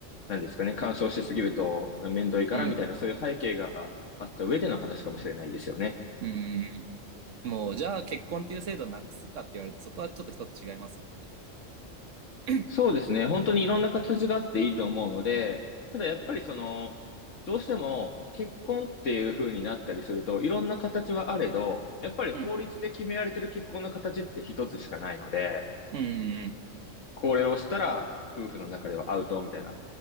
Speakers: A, on the left; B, on the right.
A: なんですかね、干渉しすぎると面倒いからみたいな、
B: うん。うん。
A: そういう背景があった上での話かもしれないですよね。
B: うんうんうん。もう、じゃあ結婚っていう制度なくすかって言われると、そこはちょっと一つ違いますもんね。<clears throat>
A: そうですね。本当にいろんな形があっていいと思うので、ただやっぱりその、どうしても結婚っていう風になったりすると、いろんな形はあれど、やっぱり法律で決められてる結婚の形って一つしかないので、
B: うん。うんうん
A: これをしたら夫婦の中ではアウトみたいな。